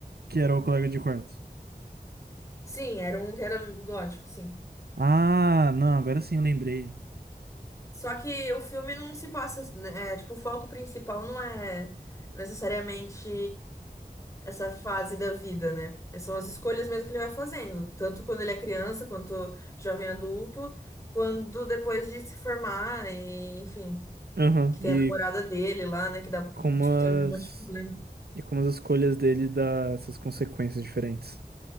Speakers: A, on the right; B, on the left.
A: Que era o colega de quarto.
B: Sim, era um que era gótico, sim.
A: Ah, não, agora sim eu lembrei.
B: Só que o filme não se passa, né, é, tipo, o foco principal não é necessariamente essa fase da vida, né? São as escolhas mesmo que ele vai fazendo, tanto quando ele é criança, quanto jovem adulto, quando depois de se formar e, enfim,
A: Aham,
B: que tem
A: E
B: a namorada dele lá, né, que dá,
A: como
B: tipo, tem um
A: as.
B: monte de problema.
A: E como as escolhas dele dá essas consequências diferentes.